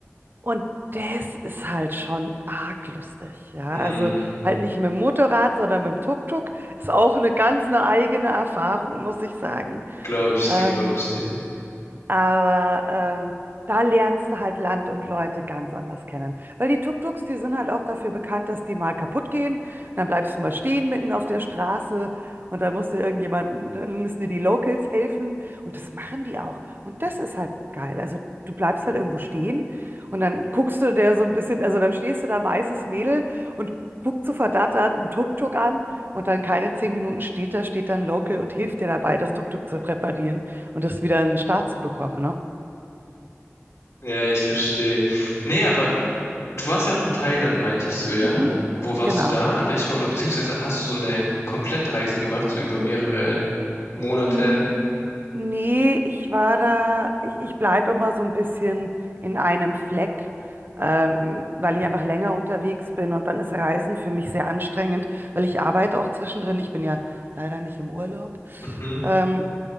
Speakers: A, on the right; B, on the left.
A: Und das ist halt schon arg lustig, ja.
B: mh,
A: Also halt nicht mit dem Motorrad, sondern mit dem Tuk-Tuk. Ist auch eine ganz eine eigene Erfahrung, muss ich sagen.
B: glaube ich
A: Ähm,
B: dir, glaube ich dir.
A: aber ähm, da lernst du halt Land und Leute ganz anders kennen. Weil die Tuk-Tuks, die sind halt auch dafür bekannt, dass die mal kaputt gehen. Und dann bleibst du mal stehen mitten auf der Straße und dann musst du irgendjemanden, dann müssen dir die Locals helfen. Und das machen die auch. Und das ist halt geil. Also du bleibst halt irgendwo stehen und dann guckst du der so ein bisschen, also dann stehst du da, weißes Mädel und guckst so verdattert einen Tuk-Tuk an und dann keine zehn Minuten steht da, steht dann Local und hilft dir dabei, das Tuk-Tuk zu reparieren und das wieder in den Start zu bekommen, ne?
B: Ja, ich verstehe. Nee, aber Du warst ja auch in Thailand, meintest du, ja?
A: Mhm.
B: Wo warst
A: Genau.
B: du da? An welchen oder beziehungsweise hast du so eine Komplettreise gemacht, so über mehrere Monate?
A: Mm, Nee, ich war da, ich, ich bleibe immer so ein bisschen in einem Fleck, ähm, weil ich einfach länger unterwegs bin und dann ist Reisen für mich sehr anstrengend, weil ich arbeite auch zwischendrin. Ich bin ja leider nicht im Urlaub.
B: Mhm,
A: Ähm,